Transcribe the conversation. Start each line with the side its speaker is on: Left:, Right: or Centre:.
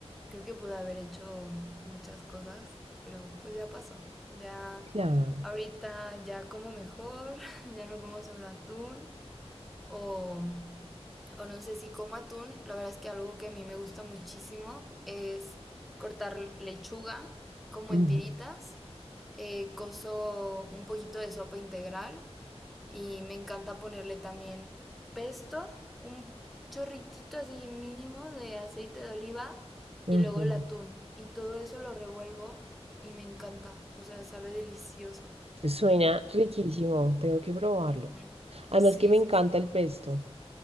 Centre: creo que pude haber hecho muchas cosas, pero pues ya pasó. Ya
Right: Claro.
Centre: ahorita ya como mejor, <laughs> ya no como solo atún o, o no sé si como atún. La verdad es que algo que a mí me gusta muchísimo es cortar lechuga como
Right: ujú,
Centre: en tiritas. Eh, coso un poquito de sopa integral y me encanta ponerle también pesto, un chorritito así mínimo de aceite de oliva
Right: ujú.
Centre: y luego el atún. Y todo eso lo revuelvo y me encanta. O sea, sabe delicioso.
Right: Suena riquísimo, tengo que probarlo.
Centre: Ujú.
Right: Además
Centre: Sí,
Right: que me
Centre: sí,
Right: encanta
Centre: sí.
Right: el pesto.